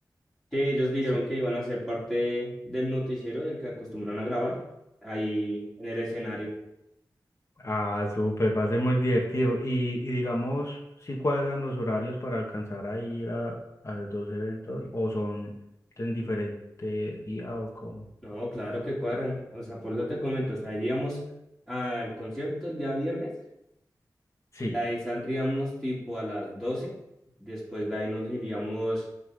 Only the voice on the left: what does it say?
Su-
ah, súper, va a ser muy divertido. Y, y digamos, si cuadran los horarios para alcanzar a ir a, a los dos eventos o son en diferente día o con...
Sí,